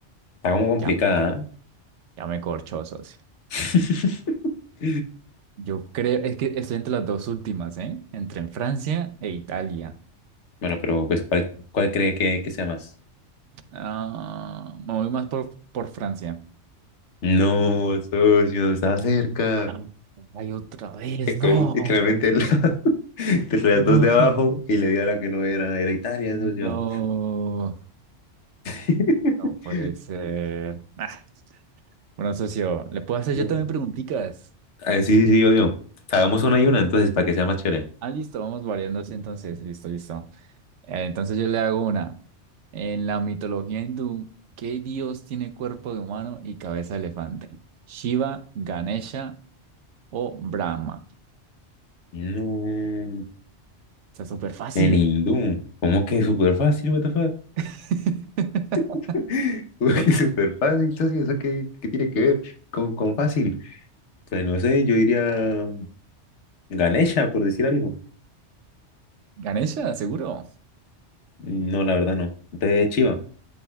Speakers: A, on the left; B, on the right.
A: Está como complicada,
B: ya, me-
A: ¿ah?
B: ya me corcho, socio.
A: <laughs>
B: Yo creo, es que estoy entre las dos últimas, ¿eh? Entre en Francia e Italia.
A: Bueno, pero pues, ¿cuál, cuál cree que, que sea más?
B: Ah, me voy más por, por Francia.
A: No, socio, estaba cerca.
B: Ah, Ay, otra vez,
A: Es
B: no.
A: que él Literalmente él- entre <laughs>
B: No,
A: las dos de abajo y le dio a la que no era, era Italia,
B: <laughs>
A: socio.
B: no,
A: <laughs>
B: no puede ser. Ah, Bueno, socio, ¿le puedo hacer
A: No.
B: yo también preguntitas?
A: Ah, sí, sí, sí, obvio. Hagamos una y una entonces para que sea más chévere.
B: Ah, listo, vamos variando así entonces. Listo, listo. Eh, entonces yo le hago una. En la mitología hindú, ¿qué dios tiene cuerpo de humano y cabeza de elefante? ¿Shiva, Ganesha o Brahma?
A: No,
B: Está súper fácil.
A: en hindú. ¿Cómo que súper fácil, what the fuck?
B: <laughs>
A: <laughs> ¿Cómo que súper fácil, entonces ¿Eso qué, qué tiene que ver con, con fácil? Pues no sé, yo diría Ganesha, por decir algo.
B: ¿Ganesha? ¿Seguro?
A: No, la verdad no. De Chiva. <laughs>